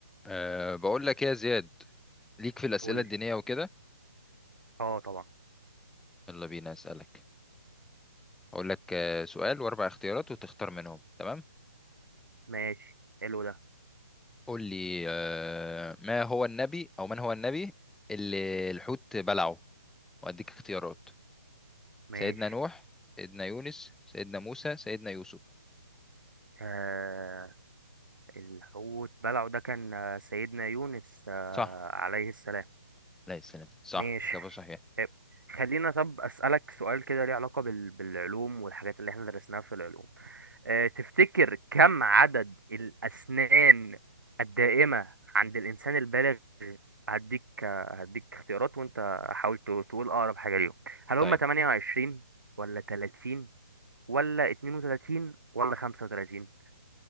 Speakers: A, in the centre; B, on the right.
A: أه بقول لك ايه يا زياد ليك في الأسئلة
B: قول لي
A: الدينية وكده
B: اه طبعا
A: يلا بينا أسألك هقول لك آه، سؤال وأربع اختيارات وتختار منهم تمام
B: ماشي حلو ده
A: قول لي أه ما هو النبي أو من هو النبي اللي الحوت بلعه وأديك اختيارات
B: ماشي
A: سيدنا نوح سيدنا يونس سيدنا موسى سيدنا يوسف
B: آه الحوت بلعه ده كان آه، سيدنا يونس آه
A: صح
B: عليه السلام
A: لا السلام صح
B: ماشي
A: إجابة صحيحة
B: طيب، خلينا طب أسألك سؤال كده ليه علاقة بال... بالعلوم والحاجات اللي احنا درسناها في العلوم آه تفتكر كم عدد الأسنان الدائمة عند الإنسان البالغ هديك آه، هديك اختيارات وانت حاول ت- تقول أقرب حاجة ليهم هل
A: طيب
B: هم 28 ولا 30 ولا 32 ولا 35